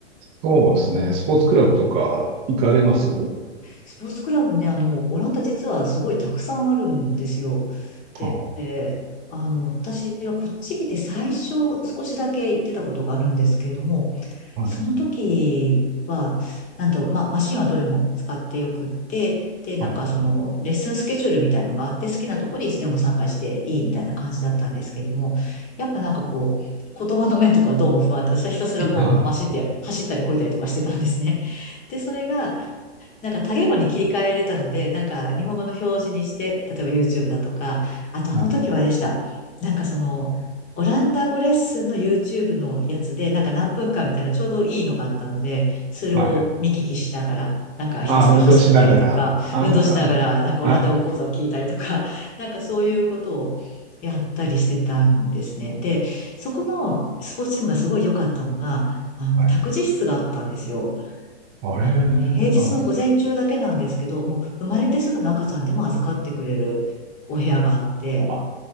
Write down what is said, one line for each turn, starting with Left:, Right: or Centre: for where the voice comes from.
Right: そうですね。
Left: うん。
Right: スポーツクラブとか行かれます
Left: うん。スポーツクラブね、あの、オランダ実はすごいたくさんあるんですよ。で、
Right: ああ
Left: であの、私はこっち来て最初少しだけ行ってたことがあるんですけれども、
Right: はい。
Left: その時は、なんだろう、まあ、マシンはどれも使ってよくって、で、なんかその、
Right: はい。
Left: レッスンスケジュールみたいのがあって、好きなとこにいつでも参加していいみたいな感じだったんですけれども、やっぱなんかこう、言葉の面とかどうも不安で、私はひたすらこう、
Right: あ
Left: マシンで走ったり漕いだりとかしてたんですね。で、それが、なんか多言語に切り替えれたので、なんか日本語の表示にして、例えば YouTube だとか、あとあの時はあれでした。
Right: あ、はい。
Left: なんかその、オランダ語レッスンの YouTube のやつで、なんか何分間みたいなちょうどいいのがあったので、それを見聞きしながら、
Right: はい。
Left: なんかひたすら走ったりとか、
Right: ああ、運動しながら。ああ、
Left: 運動しながら、なんかオランダ語講座を聞いたりとか、
Right: あ、
Left: <laughs> なんかそういうことをやったりしてたんですね。で、そこのスポーツチームがすごい良かったのが、あの、
Right: はい。
Left: 託児室があったんですよ。
Right: あれ、
Left: あの、平日の午前中だけなんですけど、
Right: あ、
Left: もう生まれてすぐの赤ちゃんでも預かってくれるお部屋があって、
Right: あ、